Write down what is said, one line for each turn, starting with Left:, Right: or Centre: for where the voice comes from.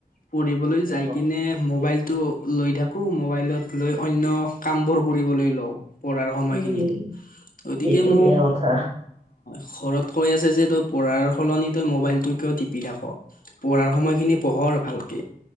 Left: পঢ়িবলৈ যাই
Right: অ
Left: কিনে মোবাইল তটো লৈ থাকো, মোবাইলত লৈ অন্য কামবোৰ কৰিবলৈ লওঁ। পঢ়াৰ সময়খিনিত
Right: এই
Left: গতিকে
Right: এইটো
Left: মোক
Right: বেয়া কথা
Left: ঘৰত কৈ আছে যে তই পঢ়াৰ সলনি তই মোবাইলটো কিয় টিপি থাক? পঢ়াৰ সময়খিনি পঢ় ভালকে।